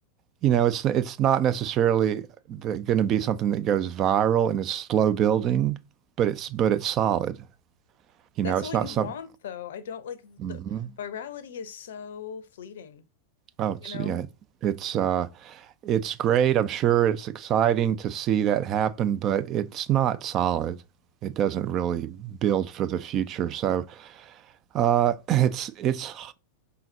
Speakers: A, on the right; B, on the left.
A: you know, it's it's not necessarily going to be something that goes viral and it's slow building, but it's but it's solid. You
B: That's
A: know, it's
B: all you
A: not
B: want,
A: some.
B: though. I don't like the
A: Mhm.
B: virality is so fleeting,
A: Oh, it's
B: you know?
A: yeah, it's uh, it's great. I'm sure it's exciting to see that happen, but it's not solid. It doesn't really build for the future. So uh, <clears throat> it's it's